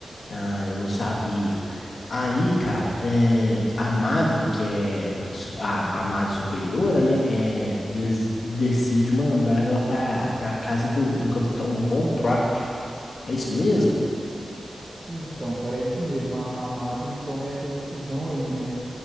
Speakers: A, on the left; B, on the right.
A: Ah, eu não sabia. Aí, cara, é, a madre, que é su- a, a madre superiora, né, é, des- decide mandar ela pra, pra casa do, do capitão Von Trapp. É isso mesmo?
B: Então, cara, é isso mesmo. A, a Madre toma essa decisão aí, né?